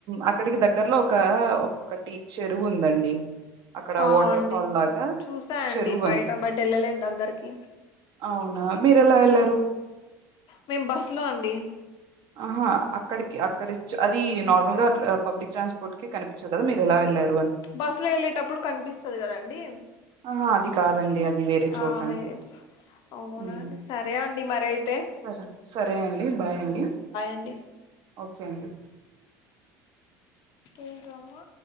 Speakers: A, on the right; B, on the left.
A: అక్కడికి దగ్గర్లో ఒక ఒకటి చెరువు ఉందండి అక్కడ
B: అ
A: వాటర్
B: అండి
A: ఫాల్ లాగా
B: చూసాయండి
A: చెరువు ఉంది.
B: బయట బట్ వెళ్ళలేదు దగ్గరకి
A: అవునా మీరెలా ఎల్లారు
B: మేము బస్సు లో అండి
A: ఆహా అక్కడికి అక్కడచ్చ అది నార్మల్ గా పబ్లిక్ ట్రాన్స్పోర్ట్ కి కనిపించదు కదా మీరు ఎలా వెళ్ళారు అని
B: బస్సు లో వెళ్ళేటప్పుడు కనిపిస్తుంది కదండి
A: ఆహా అది కాదండి అది వేరే చోట
B: ఆ
A: అండి
B: వేరే అవునండి
A: మ్మ్
B: సరే అండి మరయితే
A: సరే సరే అండి బాయ్ అండి
B: అండి
A: ఓకే అండి
B: ఏంటో అమ్మ